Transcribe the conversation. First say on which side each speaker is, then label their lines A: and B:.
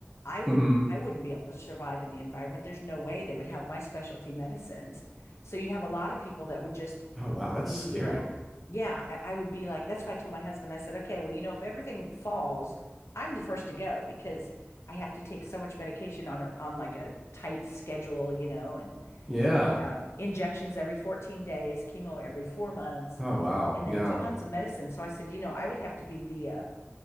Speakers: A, on the left (about 75°); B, in the centre.
A: I wouldn't
B: mhm.
A: I wouldn't be able to survive in the environment. There's no way they would have my specialty medicines. So you'd have a lot of people that would just
B: oh wow that's
A: be,
B: scary
A: you know, yeah, I I would be like, that's why I told my husband, I said, okay, well, you know, if everything falls, I'm the first to go because I have to take so much medication on a, on like a tight schedule, you know, and
B: yeah
A: um, injections every 14 days, chemo every four months,
B: oh wow
A: and
B: yeah
A: then tons of medicine. So I said, you know, I would have to be the, uh,